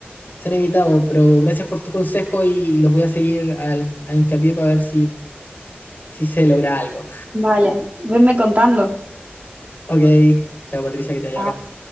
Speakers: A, on the left (about 50°); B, on the right (about 40°).
A: se han evitado, pero gracias por tu consejo y los voy a seguir al- a hincapié para ver si, si se logra algo.
B: Vale, venme contando.
A: Ok, chao Patricia, que te haya
B: Chao.
A: bacán.